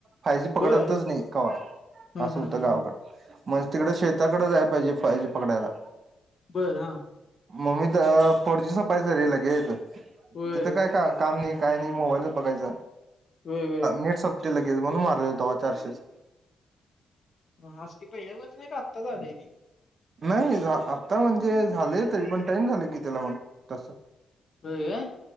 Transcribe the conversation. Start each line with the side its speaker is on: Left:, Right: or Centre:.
Right: फाय जी पकडतच
Left: होय
Right: नाही कवा,
Left: हा
Right: असं
Left: हा
Right: होतं
Left: हा
Right: गावाकड
Left: हा
Right: मग तिकड शेताकड जायला पाहिजे फाय जी पकडायला
Left: बर हा
Right: म माझं फोर जी संपायच रे लगेच
Left: होय
Right: तिथ काय काम नाही काय नाही, मोबाईलच बघायचं
Left: होय
Right: नेट संपतय लगेच म्हणून मारलेलं तवा चारशेच.
Left: म आज ते पहिल्या <inaudible> नाही का आताच झालय ते
Right: नाही आता म्हणजे झालय तरी पण टाईम झालय की त्याला पण तस.
Left: होय काय?